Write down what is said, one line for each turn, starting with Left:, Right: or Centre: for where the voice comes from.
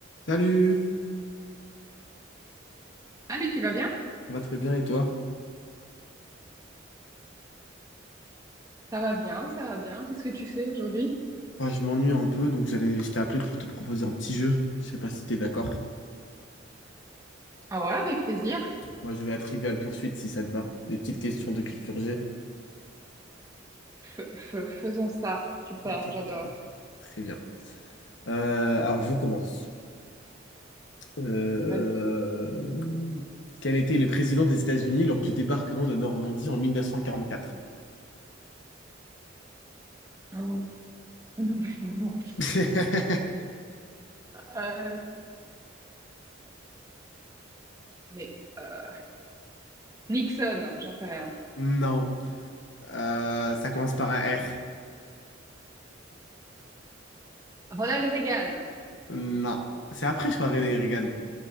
Left: Salut,
Right: Allez, tu vas bien?
Left: ça va très bien et toi?
Right: Ça va bien, ça va bien. Qu'est-ce que tu fais aujourd'hui?
Left: Bah, je m'ennuie un peu, donc j'allais, je t'ai appelé pour te proposer un petit jeu. Je sais pas si t'es d'accord.
Right: Ah ouais, avec plaisir.
Left: Moi, je vais à Trivial Poursuite si ça te va. Des petites questions de culture G.
Right: F- f- faisons ça. Super,
Left: Ok,
Right: j'adore.
Left: très bien. Très bien. Euh, alors, je commence. Euh,
Right: Vas-y.
Left: Quel était le président des États-Unis lors du débarquement de Normandie en 1944?
Right: Oh, non, mais non. non.
Left: <laughs>
Right: Euh, mais euh, Nixon, j'en sais rien.
Left: Non. Euh, ça commence par un R.
Right: Ronald Reagan.
Left: Non. C'est après, je crois, René Reagan.